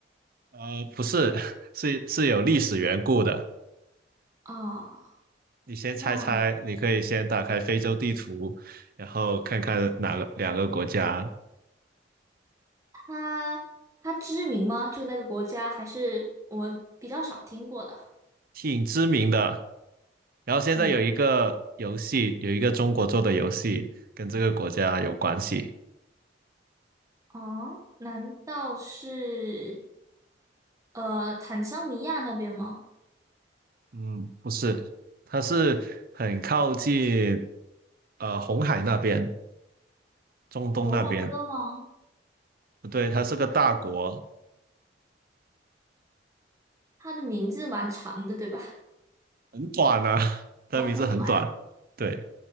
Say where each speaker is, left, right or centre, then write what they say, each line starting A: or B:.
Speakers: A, on the right; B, on the right.
A: 呃，不是，<laughs> 是是有历史缘故的。
B: 啊，
A: 你先猜猜，
B: 那。
A: 你可以先打开非洲地图，然后看看哪个两个国家
B: 它它知名吗？就那个国家，还是我们比较少听过的？
A: 挺知名的。然后现在有一个游戏，
B: 挺
A: 有一个中国做的游戏跟这个国家有关系。
B: 哦，难道是呃坦桑尼亚那边吗？
A: 嗯，不是，它是很靠近呃红海那边，中东那边。
B: 摩洛哥吗？
A: 不对，它是个大国，
B: 它的名字蛮长的，对吧？
A: 很短啊，<laughs> 它名字很短。
B: 啊，很短，
A: 对，